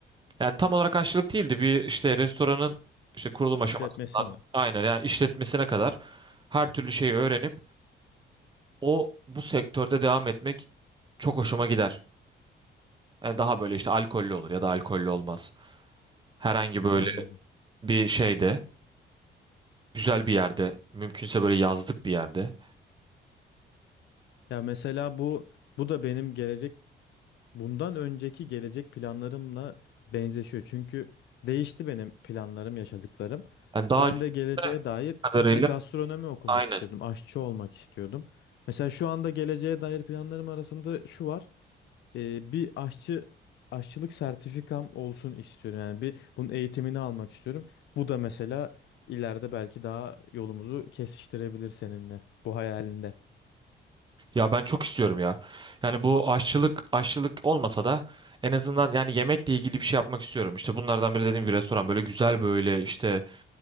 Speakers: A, on the right; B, on the left.
A: Yani tam olarak aşçılık değildi. Bir işte restoranın işte kurulum
B: İşletmesi
A: aşamasından
B: mi?
A: aynen yani işletmesine kadar her türlü şeyi öğrenip o bu sektörde devam etmek çok hoşuma gider. E, daha böyle işte alkollü olur ya da alkollü olmaz. Herhangi böyle
B: Anladım.
A: bir şeyde, güzel bir yerde, mümkünse böyle yazlık bir yerde.
B: Ya mesela bu bu da benim gelecek bundan önceki gelecek planlarımla benzeşiyor. Çünkü değişti benim planlarım, yaşadıklarım.
A: Yani daha
B: Ben
A: önce
B: de geleceğe dair
A: kadarıyla
B: mesela gastronomi okumak
A: aynen.
B: istiyordum, aşçı olmak istiyordum. Mesela şu anda geleceğe dair planlarım arasında şu var. e, bir aşçı aşçılık sertifikam olsun istiyorum. Yani bir bunun eğitimini almak istiyorum. Bu da mesela ileride belki daha yolumuzu kesiştirebilir seninle bu hayalinde.
A: Ya ben çok istiyorum ya. Yani bu aşçılık aşçılık olmasa da en azından yani yemekle ilgili bir şey yapmak istiyorum. İşte bunlardan biri dediğim bir restoran böyle güzel böyle işte